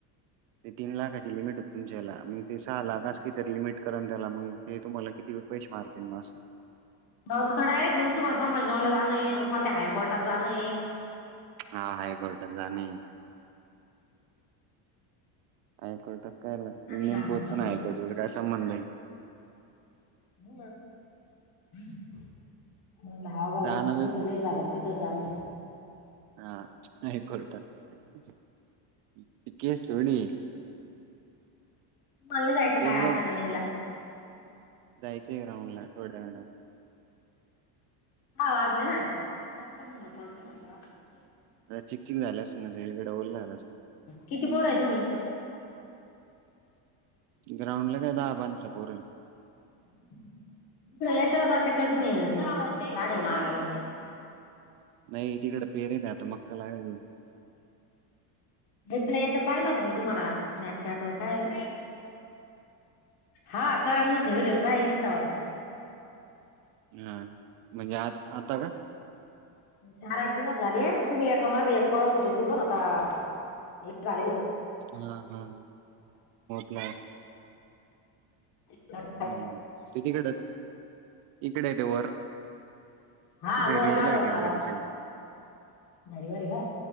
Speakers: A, on the right; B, on the left.
A: ते तीन लाखाची लिमिट होत तुमच्या हेला, मग ते सहा लाख अस काय तरी लिमिट करा ना त्याला मग, ते तुम्हाला कितीे <unintelligible> मारतील मग असं.
B: तर डायरेक्ट म्हणजे, तुम्हाला समजवलं जाणं तुम्हाला त्या हायकोर्टात जाण हे.
A: हा, हायकोर्टात जाणे. हाय कोर्टात काय <unintelligible>
B: आम्ही घाबरलो
A: पोच नाही, हायकोर्ट <unintelligible> चा काय संबंध नाही.
B: हा <unintelligible> बाबा,
A: जाणं बी
B: इथ लय झालत. तिथच जाणे.
A: हा, हायकोर्टात, ती केस थोडी हे
B: मला नाही जायचं,
A: ते
B: काय
A: उगं
B: आज रनिंगला
A: जायचंय राऊंडला थोड्या वेळानं.
B: हा वाजले ना, कपडे <unintelligible>
A: चिकचिक झालं अस ना, <unintelligible> झालं असल.
B: किती पोर आहे तुम्ही?
A: ग्राउंडला काय दहा-पंधरा पोर हाय.
B: <unintelligible> जाताय काय तुम्ही गाडव मारा व <inaudible>
A: नाही तिकडं पेरेल आता, मक्का लावायचा
B: एकदा याच पाहिलं होत मी तुम्हाला, स्नॅपचॅट वर काय हा, करण ठेवलेत बाई इन्स्टावर
A: हा, म्हणजे आ आता का?
B: चार आठ दिवस झाले, तुम्ही एका माग एक पळत होते, <unintelligible> पन आता हे झाले हो.
A: हा. हा. <unintelligible>
B: होतं.
A: हा, ते तिकड इकड ते वर.
B: हा,
A: झरी
B: वर
A: याला
B: गाडव
A: आहे ती
B: मार
A: झरी साईड
B: हरवारी का?